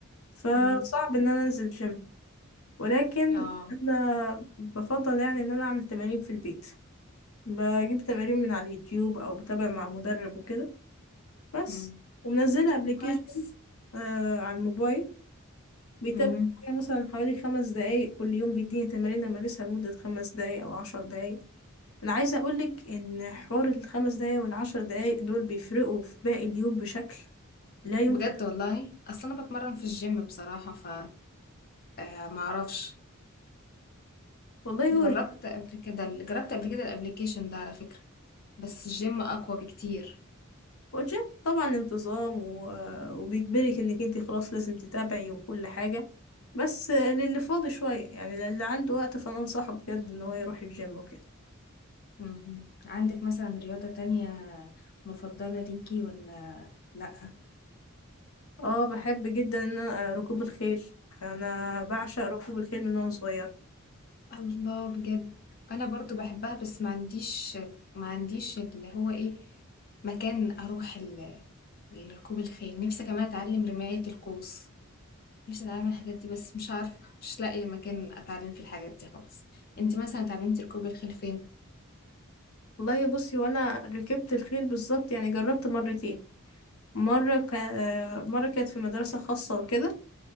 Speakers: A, on the left (about 80°); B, on the left (about 45°).
A: فصعب
B: إمم،
A: ان انا انزل جيم ولكن
B: آه،
A: انا بفضل يعني ان انا اعمل تمارين في البيت بجيب تمارين من على اليوتيوب او بتابع مع مدرب وكده بس
B: إمم،
A: ومنزلة ابلكيشن
B: كويس،
A: أه على الموبايل بيتابع
B: إمم،
A: معايا مثلا حوالي خمس دقايق كل يوم بيديني تمارين امارسها لمدة خمس دقايق او عشر دقايق انا عايزه اقولك ان حوار الخمس دقايق والعشر دقايق دول بيفرقوا في باقي اليوم بشكل لا يمكن
B: بجد والله! أصل أنا باتمرّن في الgym بصراحة ف آآ ما أعرفش،
A: والله
B: جرّبت
A: هو الج-
B: قبل كده ال جرّبت قبل كده الapplication ده على فكرة، بس الgym أقوى بكتير.
A: هو الجيم طبعا انتظام و... وبيجبرك انك انت خلاص لازم تتابعي وكل حاجه بس للي فاضي شويه يعني للي عنده وقت فانا انصحه بجد ان هو يروح الجيم وكده
B: اهم. عندِك مثلًا رياضة تانية مفضلة ليكِ والّا لأ؟
A: اه بحب جدا ان أنا آه، ركوب الخيل انا بعشق ركوب الخيل من وانا صغيره
B: الله بجد! أنا برضه باحبها بس ما عنديش ما عنديش اللي هو إيه، مكان أروح ال لركوب الخيل، نفسي كمان أتعلم رماية القوس، نفسي أتعلم الحاجات دي بس مش عارفة، مش لاقية مكان أتعلم فيه الحاجات دي خالص. أنتِ مثلًا اتعلمتِ ركوب الخيل فين؟
A: والله بصي وانا ركبت الخيل بالظبط يعني جربت مرتين مرة كان مرة كانت في مدرسة خاصة وكده